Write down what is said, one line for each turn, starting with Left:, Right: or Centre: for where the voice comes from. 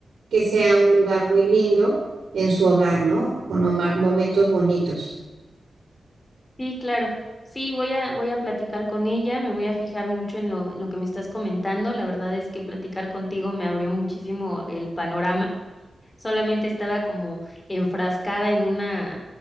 Right: que sea un lugar muy lindo en su hogar, ¿no? Con oma- momentos bonitos.
Left: Sí, claro. Sí, voy a, voy a platicar con ella, me voy a fijar mucho en lo, en lo que me estás comentando. La verdad es que platicar contigo me abrió muchísimo el panorama. Solamente estaba como enfrascada en una,